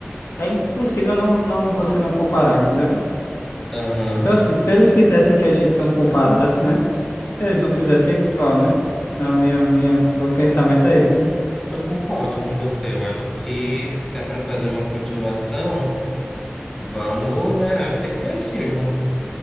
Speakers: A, on the left; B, on the left.
A: é impossível não, não, você não comparar, entendeu?
B: Aham.
A: Então, assim, se eles quisessem que a gente não comparasse, né? Eles não fizessem igual, né? Não, minha, minha, meu pensamento é esse, né?
B: Eu concordo com você. Eu acho que se é para fazer uma continuação, vamos, né, ser criativo. <laughs>